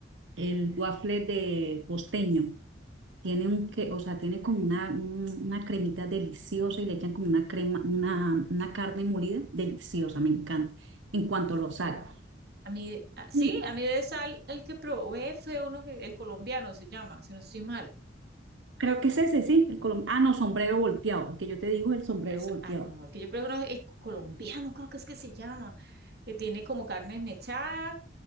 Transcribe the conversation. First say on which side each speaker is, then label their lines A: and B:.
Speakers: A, on the right; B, on the right.
A: el waffle de costeño. Tiene un que, o sea, tiene como una, un- una cremita deliciosa y le echan como una crema, una, una carne molida deliciosa, me encanta. En cuanto lo sal.
B: A mí, ah, sí,
A: Y
B: a mí de sal, el que probé fue uno que, el colombiano se llama, si no estoy mal.
A: creo que es ese, sí, el colom- Ah, no, sombrero volteado. El que yo te digo es el sombrero
B: Eso-
A: volteado.
B: ah, no, es que yo creo que no, el colombiano, creo que es que se llama, que tiene como carne mechada,